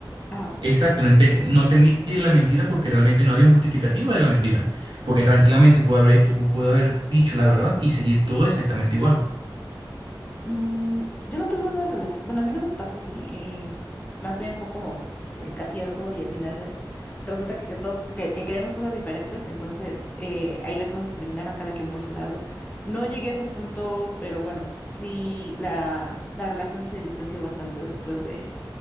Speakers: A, on the left; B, on the right.
A: Ah,
B: Exacto, no, enten- no entendí la mentira porque realmente no había un justificativo de la mentira, porque tranquilamente pudo haber, hecho- pudo haber dicho la verdad y seguir todo exactamente igual.
A: Mm, yo no tuve una relación, bueno, a mí no me pasó así. eh, más bien fue como pues, el casi algo y al final resulta que, que todos que, que queríamos cosas diferentes, entonces eh, ahí las cosas terminaron cada quien por su lado. No llegué a ese punto, pero bueno, sí, la, la relación se distanció bastante después de,